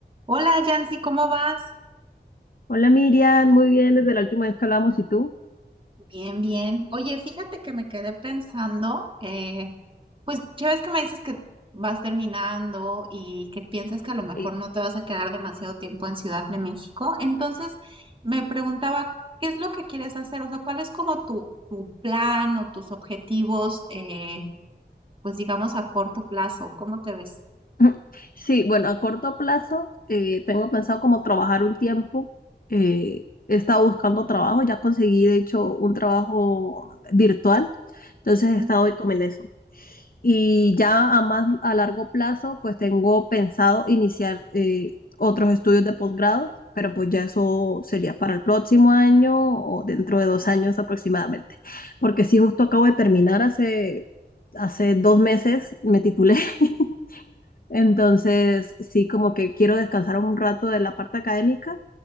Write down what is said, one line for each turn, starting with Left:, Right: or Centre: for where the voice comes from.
Right: Hola, Yancy, ¿cómo vas?
Left: Hola Miriam, muy bien, desde la última vez que hablamos, ¿y tú?
Right: Bien, bien. Oye, fíjate que me quedé pensando, eh, pues ya ves que me dices que vas terminando y que piensas que a lo mejor
Left: Eh, <laughs>
Right: no te vas a quedar demasiado tiempo en Ciudad de México. Entonces, me preguntaba, ¿qué es lo que quieres hacer? O sea, ¿cuál es como tu, tu plan o tus objetivos, eh, pues digamos a corto plazo? ¿Cómo te ves?
Left: <clears throat> sí, bueno, a corto plazo eh, tengo pensado como trabajar un tiempo. Eh, he estado buscando trabajo, ya conseguí de hecho un trabajo virtual, entonces he
Right: Mm,
Left: estado hoy como en eso. Y ya a más a largo plazo, pues tengo pensado iniciar eh, otros estudios de posgrado, pero pues ya eso sería para el próximo año o dentro de dos años aproximadamente. Porque sí, justo acabo de terminar hace, hace dos meses, me titulé. <laughs> Entonces, sí, como que quiero descansar un rato de la parte académica